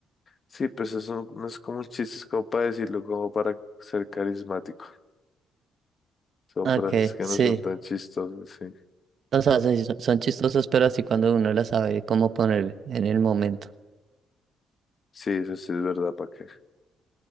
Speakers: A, on the left; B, on the right.
A: Sí, pues eso no, no es como un chiste, es como para decirlo, como para ser carismático. Son
B: Ok,
A: frases que
B: sí.
A: no son tan chistosas, sí.
B: O sea, sí, son son chistosos, pero así cuando uno las sabe cómo poner en el momento.
A: Sí, eso sí es verdad, ¿para qué?